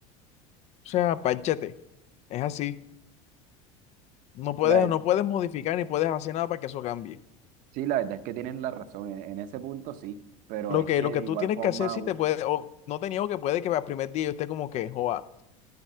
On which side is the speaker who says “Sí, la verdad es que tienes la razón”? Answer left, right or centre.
Right